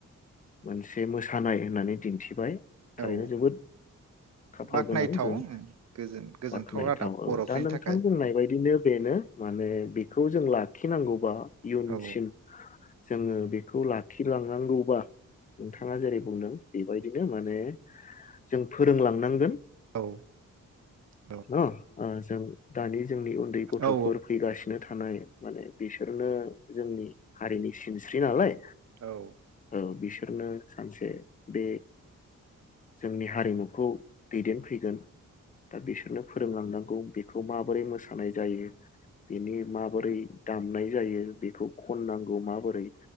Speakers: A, on the left; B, on the right.
A: मोनसे मोसानाय होननानै दिन्थिबाय। थारैनो
B: औ
A: जोबोद खाफाल
B: बाख्नायथाव
A: गोनां जों
B: गोजोन गोजोनथाव
A: बाख्नायथाव
B: रादाब बर'फोरनि
A: औ दा नोंथां
B: थाखाय
A: बुंनाय बायदिनो। बेनो माने बेखौ जों लाखिनांगौ। बा इयुनसिम
B: औ
A: जोङो बेखौ ला खिलांनांगौबा, नोंथाङा जेरै बुंदों, बेबायदिनो माने जों फोरोंलांनांगोन।
B: औ औ
A: न ओ जों दानि जोंनि गथ'फोर
B: औ
A: फैगासिनो थानाय। माने बिसोरनो जोंनि हारिनि सिनस्रि नालाय।
B: औ।
A: ओ बिसोरनो सानसे बे जोंनि हारिमुखौ दैदेनफैगोन। दा बिसनो फोरोंलांनांगौ बेखौ माबोरै मोसानाय जायो बिनि माबोरै दामनाय जायो बेखौ खननांगौ। गौ माबोरै।